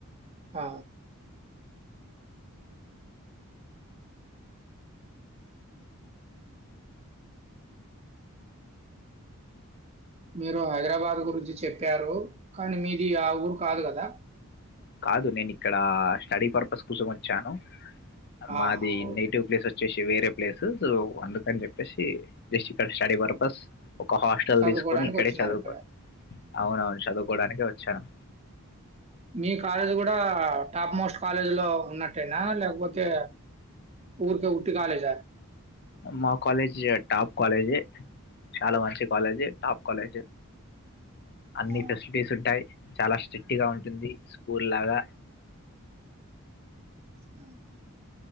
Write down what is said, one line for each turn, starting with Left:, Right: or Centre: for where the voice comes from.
Right: ఆ మీరు హైదరాబాద్ గురించి చెప్పారు కానీ మీది ఆ ఊరు కాదు కదా
Left: కాదు నేను ఇక్కడ స్టడీ పర్పస్ కోసం వచ్చాను మాది
Right: ఆహా! ఓకే.
Left: నెటివ్ ప్లేస్ వచ్చేసి వేరే ప్లేసేస్ అందుకని చెప్పేసి జస్ట్ ఇక్కడ స్టడీ పర్పస్ ఒక హాస్టల్
Right: చదువుకోవడానికొచ్చినారిక్కడ.
Left: తీసుకొని ఇక్కడే చదువుతను అవునవును చదువుకోవడానికే వచ్చాను
Right: మీ కాలేజ్ కూడా టాప్ మోస్ట్ కాలేజీ లో ఉన్నట్టేనా, లేకపోతే ఊరికే ఉట్టి కాలేజా?
Left: మా కాలేజ్ టాప్ కాలేజ్ చాలా మంచి కాలేజి టాప్ కాలేజ్ అన్ని
Right: ఆ!
Left: ఫెసిలిటీస్ ఉంటాయి చాలా స్ట్రిక్ట్ గా ఉంటుంది స్కూల్ లాగా
Right: <inaudible>